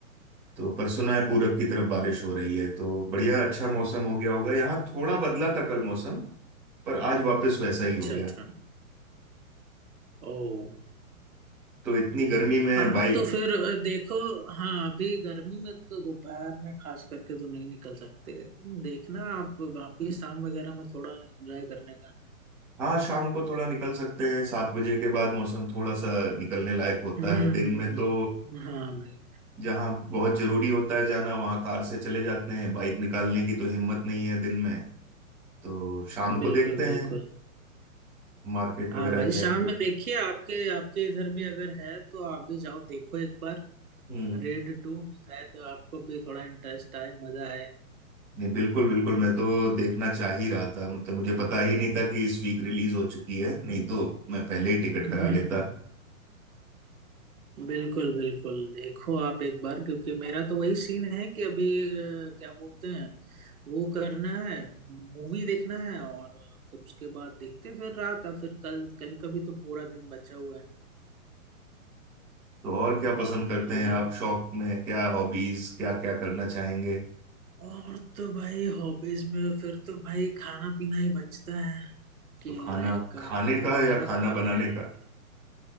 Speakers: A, in the centre; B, on the right.
A: तो पर सुना है पूरब की तरफ बारिश हो रही है तो बढ़िया अच्छा मौसम हो गया होगा यहाँ थोड़ा बदला था कल मौसम पर आज वापस वैसा ही
B: अच्छा
A: हो गया
B: अच्छा ओ
A: तो इतनी गर्मी में
B: हाँ
A: बाइक
B: तो फिर अ, देखो हाँ अभी गर्मी में तो दोपहर में खास करके तो नहीं निकल सकते देखना आप आप भी शाम वगैरह में थोड़ा एंजॉय करने का
A: हाँ शाम को थोड़ा निकल सकते हैं सात बजे के बाद मौसम थोड़ा सा निकलने लायक होता
B: हम्म
A: है दिन
B: हम्म,
A: में तो
B: हम्म। हाँ भाई
A: जहाँ बहुत जरूरी होता है जाना वहाँ कार से चले जाते हैं बाइक निकालने की तो हिम्मत नहीं है दिन में तो शाम को
B: बिल्कुल
A: देखते हैं
B: बिल्कुल
A: मार्केट
B: हाँ
A: वगैरह
B: भाई
A: जाएंगे
B: शाम में देखिए आपके आपके इधर भी अगर है तो आप भी जाओ देखो एक बार
A: हम्म
B: रेड टू शायद आपको भी थोड़ा इंटरेस्ट आए मजा आए
A: नहीं बिल्कुल बिल्कुल मैं तो देखना चाह ही रहा था मतलब मुझे पता ही नहीं था कि इस वीक रिलीज हो चुकी है नहीं तो मैं पहले ही टिकट
B: हम्म,
A: करा लेता
B: बिल्कुल बिल्कुल देखो आप एक बार क्योंकि मेरा तो वही सीन है कि अभी अ, क्या बोलते हैं वो करना है मूवी देखना है और फिर उसके बाद देखते हैं फिर रात और फिर कल कल का भी तो पूरा दिन बचा हुआ है
A: तो और क्या पसंद करते
B: तो
A: हैं
B: ये
A: आप शौक में क्या हॉबीज क्या क्या करना चाहेंगे
B: और तो भाई हॉबीज में फिर तो भाई खाना पीना ही बचता है कि
A: तो खाना
B: लाइक
A: खाने
B: क्या
A: का या खाना
B: खा
A: बनाने
B: रहे हैं
A: का
B: क्या